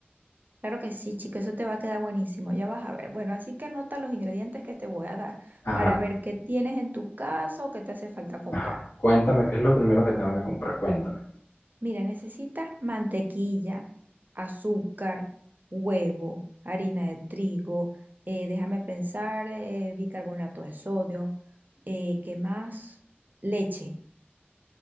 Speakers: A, on the right (about 50°); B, on the left (about 80°).
A: Claro que sí, chico, eso te va a quedar buenísimo, ya vas a ver. Bueno, así que anota los ingredientes que te voy a dar
B: Ajá,
A: para ver qué tienes en tu casa o qué te hace falta comprar.
B: ajá. Cuéntame, ¿qué es lo primero que tengo que comprar? Cuéntame.
A: Mira, necesitas mantequilla, azúcar, huevo, harina de trigo, eh, déjame pensar, eh, bicarbonato de sodio, eh, ¿qué más? Leche.